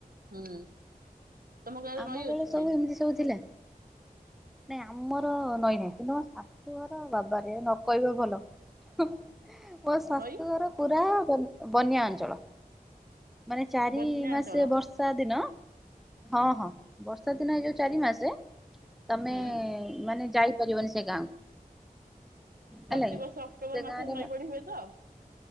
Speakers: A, on the right (about 75°); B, in the centre.
A: ହୁଁ। ତମ ଗାଁରେ
B: ଆମ
A: ନଈ
B: ବେଳେ
A: ଅଛି?
B: ସବୁ ଏମିତି ସବୁ ଥିଲା? ନାଇଁ ଆମର ନଈ ନାହିଁ କିନ୍ତୁ ଆମ ଶା ଶୁ ଘର ବାବାରେ ନ କହିବ ଭଲ। ହୁଁ ମୋ ଶାଶୁଘର
A: ନଈ
B: ପୁରା ବ-ବନ୍ୟା ଅଞ୍ଚଳ। ମାନେ ଚାରି
A: ବନ୍ୟାଞ୍ଚଳ।
B: ମାସେ ବର୍ଷା ଦିନ ହଁ ହଁ ବର୍ଷା ଦିନ ଏଇ ଯୋଉ ଚାରି ମାସେ ତମେ
A: ହୁଁ
B: ମାନେ ଯାଇ ପାରିବନି ସେ ଗାଁକୁ। ହେଲା
A: ପ୍ରତିବର୍ଷ
B: କି
A: ଅକ୍ଟୋବର
B: ସେ
A: ମାସରେ
B: ଗାଁରେ
A: ନଈ ବଢ଼ି ହୁଏ ତ?